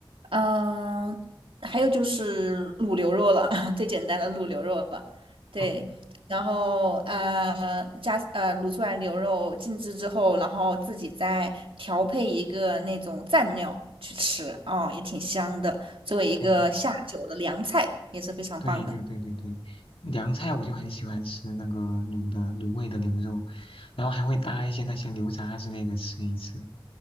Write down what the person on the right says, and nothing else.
嗯，还有就是卤牛肉了，<laughs> 最简单的卤牛肉了。对，
然后呃，加呃卤出来牛肉静置之后，然后自己再调配一个那种蘸料去吃，哦，也挺香的，作为一个下酒的凉菜，
也是非常棒的。